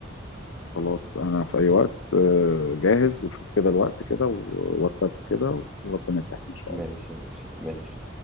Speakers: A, on the left (about 85°); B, in the centre.
A: خلاص انا في اي وقت آه، جاهز وشوف كده الوقت كده وواتساب كده وربنا يسهل ان شاء
B: ماشي
A: الله
B: يا باشا ماشي